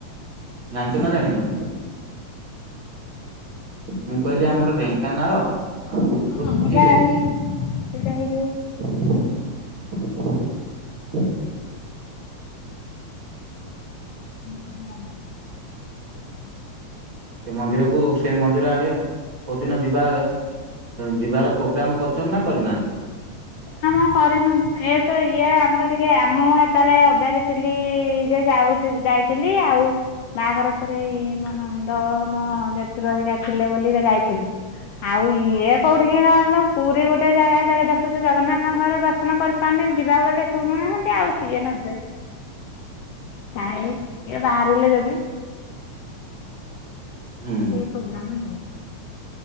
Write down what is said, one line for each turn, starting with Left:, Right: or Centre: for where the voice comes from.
Right: ଜାଣିଛ ନା ଜାଣିନ? ମୁଁ କହିଲି ଆମର ଢେଙ୍କାନାଳ ଅନୁଗୁଳ
Left: ହଁ ହଁ ସହେଇଟା
Right: ମଝିରେ
Left: ହେଇ ହେଇଟା ହେଇ
Right: <inaudible>
Left: <inaudible>
Right: ସେ ମନ୍ଦିରକୁ ସେଇ ମନ୍ଦିର ଆଡେ କଉଦିନ ଯିବା ଯିବାର ପୋଗ୍ରାମ କରଚନ୍ତିନା କରିନାହାନ୍ତି? <inaudible>
Left: କ କରିନୁ ଏ ତ ଇଏ ଆମର ଟିକେ ଆମଁ ଜେତେବେଳେ ଅବିଆରି ଥିଲି ଯେ ଯାଉ ସେଇଠି ଯାଇଥିଲି ଆଉ ବାହାଘର ପରେ ଇ ମୋ ନଣନ୍ଦ ମୋ ଦେଢଶୁର ଘରିକା ଥିଲେ ବୋଲି ଯାଇଥିଲୁ। ଆଉ ଇଏ କୋଉଠିିକି ନହ ପୁରୀ ଗୋଟେ ଜାଗା ଜାଗା ଦେ ଜଗନ୍ନାଥଙ୍କର ଦର୍ଶନ କରିପାରୁନି ଯିବା ବଲେ ଶୁଣୁନାହାନ୍ତି ଆଉ ସିଏ ନେବେ କାଇଁ କିଏ ବାହାରିଲେ ଯଦି
Right: ହୁଁ।
Left: ଏ ପ୍ରୋଗ୍ରାମ ହେ